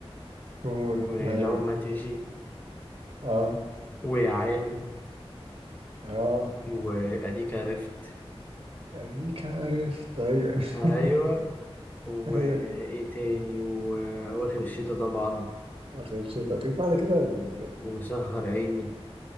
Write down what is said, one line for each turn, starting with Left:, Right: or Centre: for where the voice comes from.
Right: مون
Left: ولو
Right: ايوه
Left: ما تيجي
Right: اه
Left: ويا عالم
Right: اه
Left: وأديك عرفت
Right: اديك عرفت ايوه
Left: أيوة
Right: <laughs>
Left: وإيه
Right: ايوه
Left: تاني وأواخر الشتا طبعا
Right: آخر شيء طب في واحدة كده ال-
Left: وسهر عيني